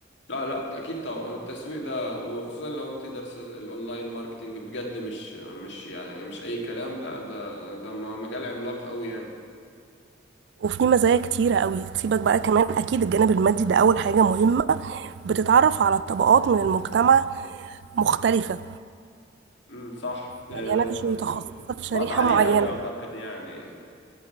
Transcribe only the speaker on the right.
وفي مزايا كتيرة قوي سيبك بقى كمان اكيد الجانب المادي ده اول حاجة مهمة بتتعرف على طبقات من المجتمع مختلفة
يعني انا مش متخصصة في
شريحة
معينة